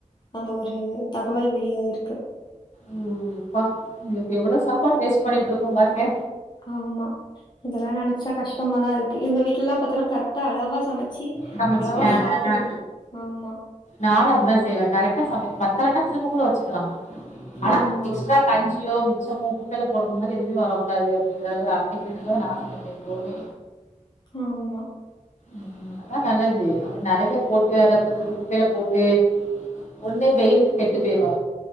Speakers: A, on the left (about 35°); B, on the left (about 65°).
A: அந்த ஒரு தகவல் வெளியாயிருக்கு
B: ம் ம் ம் அப்பா நம்ம இப்போ எவ்வளோ சாப்பாடு வேஸ்ட் பண்ணிட்டு இருக்கோ பாருங்க
A: ஆமா இதெல்லா நினைச்சா கஷ்டமாதா இருக்கு எங்க வீட்டுல எல்லா பாத்தன்னா கரெக் கரெட்டா அழவா சமச்சு
B: சமச்சு
A: அழவா சாப்பட்டுருவோ
B: ஆ
A: ஆமா
B: நானு அப்டிதா செய்வே கரெக்டா சமய பத்தாலனா திரும்ப கூட வச்சுக்கலா ஆனா
A: ஆமா,
B: எக்ஸ்ட்ரா கஞ்சியோ மிச்சமோ குட்டைல போடுற மாரி எதுவுமே வரக்கூடாது அப்டிங்கிறத அப்டிங்கிறதா நா <unintelligible> எப்பவுமே
A: ஆமா
B: ம் அதா நல்லது அப்புற நெறய போட்டு அது அப்புற குப்பையில போட்டு ஒண்ணு வெயிலுக்கு கெட்டு போயிடு